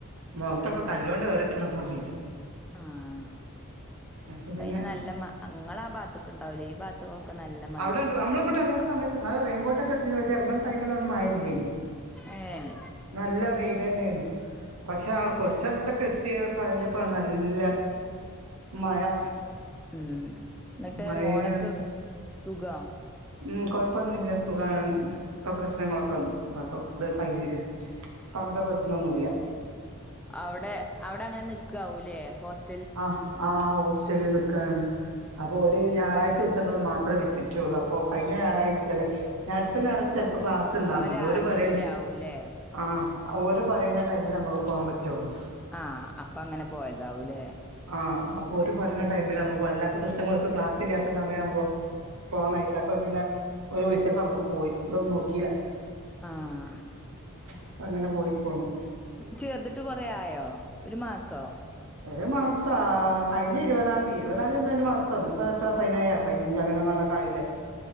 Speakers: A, on the right; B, in the centre.
A: മോഖത്തൊക്കെ കല്ലോണ്ട് ഏറ്‌ട്ട്ണ പോലേ.
B: ആഹ്
A: അപ്പൊ
B: അപ്പ
A: പിന്നെ
B: അയ്ന് നല്ല മ അങ്ങളാ ആ ഭാഗ്ത്ത്ക്ക് ഉണ്ടാവ് ലേ ഈ ഭാ ത്കൊക്കേ നല്ലം
A: അവടെണ്ട് നമ്മള് അങ്ങോട്ട് എറങ്ങ്ണ സമയത്ത് അ റെയിൻകോട്ടൊക്കെ എട്ത്തീനു പക്ഷെ എറങ്ങാൻ ടൈമിലൊന്നും മയ ഇല്ലേയ്നും.
B: ഏഹ്
A: നല്ല വെയ്ലെന്നേനു. പക്ഷെ കൊർച്ചങ്ങോട്ടൊക്കെ എത്തിയ കഴിഞ്ഞപ്പോ
B: ആഹ്
A: നല്ല മഴ
B: ഉം ന്ന്ട്ട്
A: മഴയാ
B: മോളക്ക് സുഖം.
A: ഉം കൊഴപ്പൊന്നുല്ല സുഖാണ് ഇപ്പൊ പ്രശ്നങ്ങളൊക്കെ ഇത് കഴിഞ്ഞ്ക്ണ്. ഇപ്പ അങ്ങൻത്തെ പ്രശ്നൊന്നുല്ല
B: അവടെ അവടെ അങ്ങനെ നിക്കാവൂല്ലേ ഹോസ്
A: അഹ് ആഹ് ഹോസ്റ്റലിൽ നിക്കാണ് അപ്പൊ
B: ഉം
A: ഓര് ഞാറാ ച സങ്ങൾ മാത്രേ വിസിറ്റള്ളൂ അപ്പോ കഴിഞ്ഞ ഞായാഴ്ചയല്ലേ ഞട ത്ത ഞാറാഴ്ച ചെൽപ്പോ ക്ലാസ് ഇണ്ടാ
B: ഒരാഴ്ചയിലാവൂലേ
A: മതി ഓരു പറയു ആഹ് ഓര് പറയ്ണ ടൈമിൽ നമുക്ക് പോകാൻ പറ്റുള്ളൂ
B: ആഹ് അപ്പൊ അങ്ങനെ പോയതാവൂല്ലേ
A: ആഹ് അപ്പൊ ഓര് പറയ്ണ ടൈമിലാവുമ്പ വല്ലാത്ത ദിവസങ്ങക്ക് ക്ലാസ് ഇല്ലാത്ത സമയാവുമ്പോ പോവാാൻ കഴിയില്ല അപ്പൊ പിന്നെ ഓല് വിളിച്ചപ്പ അങ്ങോട്ട് പോയി ഇതൊന്നും നോക്കിയില്ല
B: ആഹ്
A: അപ്പ അങ്ങനെ പോയി പോന്നു
B: ചേർന്നിട് കൊറ ആയോ ഒരു മാസോ
A: ഒരു മാസം കഴിഞ്ഞ ഇരുപതാംയതി ഇരുപതാംയതി തന്ന മാസം ഒന്ന ഇപ്പ എത്ര പതിനനായ പതിനഞ്ച് അങ്ങനങ്ങ കൊണ്ടൊക്കെയില്ലേ